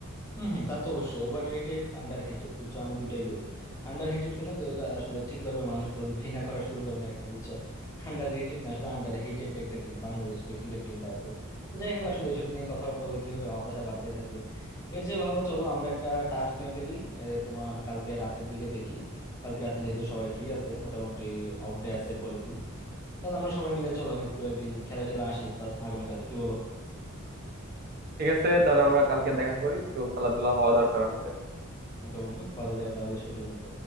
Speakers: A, on the left; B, on the right.
A: হম হম তা তো অবশ্যই ওভার রেটেড আন্ডার রেটেড বুঝছো আমি দুইটাই বলি আন্ডার রেটেড কেন যে ওরা আসলে ঠিকভাবে মানুষ গ্রহণ- ঘৃণা করা শুরু করে না এখন বুঝছো আন্ডার রেটেড না আসলে আন্ডার হেটেড একটা টিম বাংলাদেশ যে ক্রিকেট টিমটা আছে তো যাই হোক আসলে এসব নিয়ে কথাবার্তা বলে কি হবে হতাশা বাড়তেই থাকবে এর চেয়ে ভালো চলো আমরা একটা টার্ফ নিয়ে ফেলি এ, তোমার কালকে রাতের দিকে দেখি কালকে রাতে যেহেতু সবাই ফ্রি আছে মোটামুটি অফ ডে আছে এর পরের দিন তাহলে আমরা সবাই মিলে চলো একটু একদিন খেলা টেলা আসি কাল- আগামীকাল কি বলো
B: ঠিক আছে তাহলে আমরা কালকে দেখা করি একটু খেলাধুলা হওয়া দরকার আমাদের
A: ওকে বন্ধু ভালো থেকো তাহলে সে পর্যন্ত